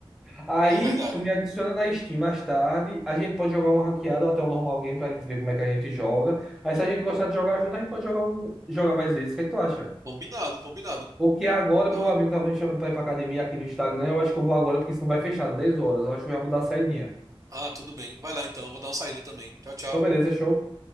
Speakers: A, in the centre; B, on the right.
A: Aí
B: é verdade.
A: tu me adiciona na Steam mais tarde, a gente pode jogar uma ranqueada ou até um normal game pra gente ver como é que a gente joga. Aí se a gente gostar de jogar junto, a gente pode jogar, um, jogar mais vezes. O que é que tu acha?
B: Combinado, combinado.
A: Porque agora
B: Então,
A: meu
B: é-
A: amigo tava me chamando pra ir pra academia aqui no Instagram, eu acho que eu vou agora porque senão vai fechar 10 horas, eu acho que eu já vou dar saidinha.
B: ah, tudo bem. Vai lá então, eu vou dar uma saída também. Tchau, tchau.
A: Então beleza, show.